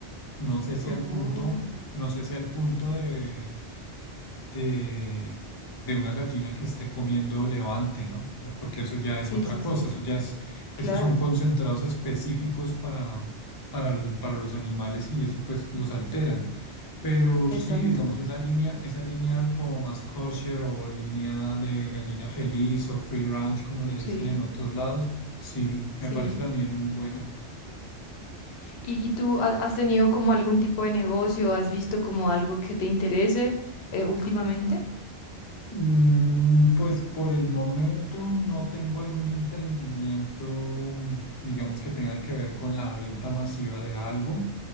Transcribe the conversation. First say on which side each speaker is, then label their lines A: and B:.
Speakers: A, on the left (about 30°); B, on the left (about 70°).
A: No sé si
B: Oh,
A: al punto, no sé si al punto de de, de una gallina que esté comiendo levante, ¿no? Lo- Porque eso ya es
B: sí,
A: otra
B: sí,
A: cosa,
B: sí,
A: eso ya es, esos
B: claro,
A: son concentrados específicos para, para, el- para los animales y eso pues los alteran. Pero
B: exacto,
A: sí, digamos, esa línea, esa línea como más kosher o línea de gallina feliz o free range, como le dicen
B: sí,
A: en otros lados, sí,
B: sí.
A: me parece también buena.
B: ¿Y, y tú ha- has tenido como algún tipo de negocio? ¿Has visto como algo que te interese eh, últimamente?
A: Mm, Pues por el momento no tengo algún emprendimiento, mm, digamos que tenga que ver con la venta masiva de algo,